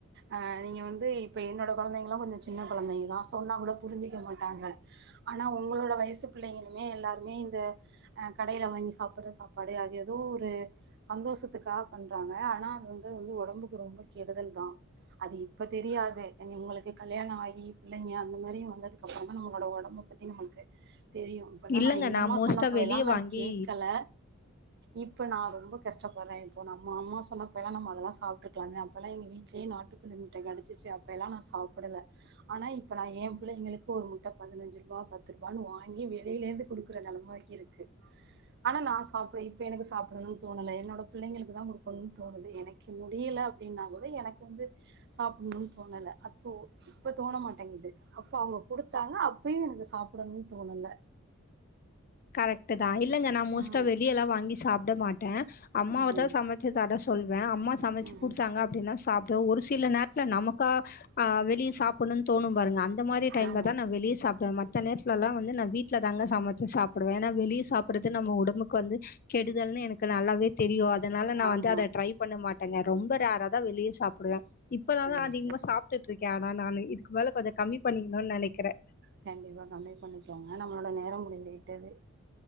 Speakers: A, on the right; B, on the left.
A: அ நீங்க வந்து இப்ப என்னோட கொழந்தைங்கல்லா கொஞ்ச சின்ன கொழந்தைக தா சொன்னா கூட புரிஞ்சிக்க மாட்டாங்க ஆனா உங்களோட வயசு பிள்ளைங்களுமே எல்லாருமே இந்த அ கடைல வாங்கி சாப்பட்ற சாப்பாடு அது எதோ ஒரு சந்தோஷத்துக்காக பண்றாங்க ஆனா அது வந்து வந்து ஒடம்புக்கு ரொம்ப கெடுதல் தா அது இப்ப தெரியாது எங்க உங்களுக்கு கல்யாணோ ஆகி பிள்ளைங்க அந்த மாரி வந்ததுக்கப்பறந்தா நம்ளோட ஒடம்பு பத்தி நம்மள்க்கு தெரியு அப்பல்லா
B: இல்லங்க
A: நா எங்கம்மா
B: மோஸ்ட்டா
A: சொன்னப்பயெல்லா
B: வெளிய
A: நா
B: வாங்கி
A: கேக்கல இப்ப நா ரொம்ப கஷ்டப்பட்றே இப்ப நம்ம அம்மா சொன்னப்பயெல்லா நம்ம அதல்லா சாப்ட்ருக்கலாமே அப்பல்லா எங்க வீட்லே நாட்டு கோழி முட்ட கெடச்சுச்சு அப்பயெல்லா நா சாப்பிடல ஆனா இப்ப நா எம்பிள்ளைங்களுக்கு ஒரு முட்ட பதினஞ்சுருபா பத்துருபானு வாங்கி வெளிலேர்ந்து குடுக்கற நெலமாக்கிருக் கு ஆனா நா சாப்படல இப்ப எனக்கு சாப்பிடணுன் தோணல என்னோட பிள்ளைங்களுக்கு தா குடுக்கணுன் தோணுது எனக்கு முடியல அப்டின்னா கூட எனக் வந்து சாப்புட்ணுன் தோணல அப்போ இப்ப தோன மாட்டேங்குது அப்ப அவ்ங்க குடுத்தாங்க அப்பயு எனக்கு சாப்டணுன் தோனல
B: கரெக்ட்டு தா இல்லங்க நா மோஸ்ட்டா
A: ம்
B: வெளியலா வாங்கி சாப்ட மாட்டே அம்மாவ
A: ம்
B: தா சமைச் சு தர சொல்வே அம்மா சமச்சு
A: ம்
B: குடுத்தாங்க அப்டினா சாப்டுவே ஒரு சில நேரத்ல நமக்கா ஆ வெளிய சாப்புட்ணுன் தோணு பாருங்க அந்த மாரி டைம்ல
A: ஆமாம்
B: தா நா வெளிய சாப்டுவே மத்த நேரத்லலா வந்து நா வீட் ட்ல தாங்க சமச்சு சாப்டுவே ஏனா வெளிய சாப்புட்றது நம்ம உடம்புக்கு வந்து கெடுதல்னு எனக்கு நல்லாவே தெரியு அதனால நா
A: ஆமாம்
B: வந்து அத ட்ரை பண்ண மாட்டங்க ரொம்ப ரேரா தா வெளிய சாப்டுவே இப்பலா
A: சரி
B: தா அதிகமா
A: சரி
B: சாப் ட்டுட்ருக்கே ஆனா நானு இதுக்கு மேல கொஞ்ச கம்மி பண்ணிக்கணுன் நெனைக்கிறே
A: கண்டிப்பா கம்மி பண்ணிக்கோங்க நம்மளோட நேரம் முடிந்துவிட்டது